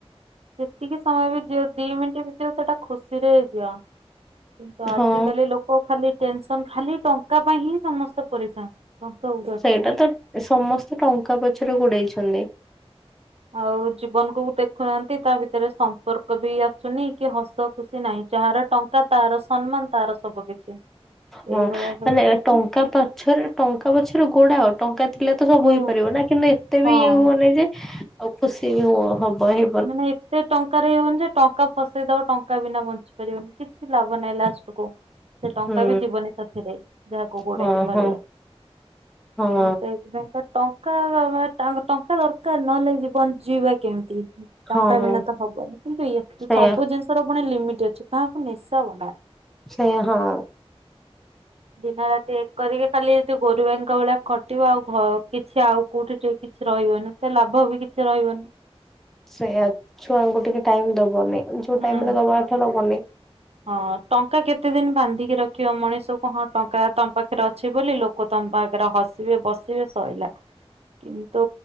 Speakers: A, on the right; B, in the centre.
A: ସେତିକି ସମୟ ବି ଯିବ ଦି ମିନିଟ ଭିତରେ ସେଟା ଖୁସିରେ ଯାଆ। କିନ୍ତୁ ଆଜିକାଲି
B: ହଁ
A: ଲୋକ ଖାଲି ଟେନସନ୍ ଖାଲି ଟଙ୍କା ପାଇଁ ହିଁ ସମସ୍ତେ ପରିସାନ୍। <unintelligible>
B: ସେଇଟା ତ ସମସ୍ତେ ଟଙ୍କା ପଛରେ ଗୋଡେଇଛନ୍ତି।
A: ଆଉ ଜୀବନ କୁ ଦେଖୁନାହାନ୍ତି। ତା ଭିତରେ ସମ୍ପର୍କ ବି ଆସୁନି। କି ହସ ଖୁସି ନାହିଁ। ଯାହାର ଟଙ୍କା ତାର ସମ୍ମାନ ତାର ସବୁ କିଛି।
B: ମାନେ
A: ଏଇଭଳିଆ କହିଥାଉଛି
B: ଟଙ୍କା ପଛରେ ଟଙ୍କା ପଛରେ ଗୋଡାଅ ଟଙ୍କା ଥିଲେ ତ ସବୁ
A: ହୁଁ
B: ହେଇପାରିବ ନା। କିନ୍ତୁ ଏତେ
A: ହଁ।
B: ବି ଇଏ ହୁଅନି ଯେ ଆଉ ଖୁସି ବି ହୁଅ ହବ ହେ
A: ମାନେ ଏତେ ଟଙ୍କା ରେ ଇଏ ହୁଅନି ଯେ ଟଙ୍କା ଫସେଇଦବ ଟଙ୍କା ବିନା ବଞ୍ଚି ପାରିବନି। କିଛି ଲାଭ ନାହିଁ। ଲାଷ୍ଟକୁ <unintelligible> ସେ ଟଙ୍କା
B: ହୁଁ
A: ବି ଯିବନି ସାଥିରେ। ଯାହାକୁ ଗୋଡେଇକି
B: ହଁ
A: ଧରିବ।
B: ହଁ। ହଁ
A: ମଣିଷ ହେ ଥିପାଇଁ ତ ଟଙ୍କା ଟଙ୍କା ଦରକାର ନହେଲେ ଜୀବନ ଯିଇବା କେମତି। ଟଙ୍କା
B: ହଁ
A: ବିନାତ ହବନି କିନ୍ତୁ ଏ
B: ସେଇୟା
A: ସବୁ ଜିନିଷର ପୁଣି ଲିମିଟ୍ ଅଛି କାହାକୁ ନିଶା ବନାନି।
B: ସୋୟା ହଁ।
A: ଦିନ ରାତି ଏକ କରିକି ଖାଲି ଯୋଉ ଗୋରୁ ଗାଈଙ୍କ ଭଳିଆ ଖଟିବ ଆଉ ଘ କିଛି ଆଉ କୋଉଠି ଟିକେ କିଛି ରହିବନି। ଏତେ ଲାଭବି କିଛି ରହିବନି।
B: ସେଆ ଛୁଆଙ୍କୁ ଟିକେ ଟାଇମ୍ ଦବନି ଯୋଉ
A: ହୁଁ।
B: ଟାଇମ୍ ରେ ଦବା କଥା ଦବନି
A: ହଁ ଟଙ୍କା କେତେ ଦିନ ବାନ୍ଧିକି ରଖିବ ମଣିଷକୁ ହଁ ଟଙ୍କା ତମ ପାଖରେ ଅଛି ବୋଲି ଲୋ କ ତମ ପାଖରେ ହସିବେ ବସିବେ ସଇଲା। କିନ୍ତୁ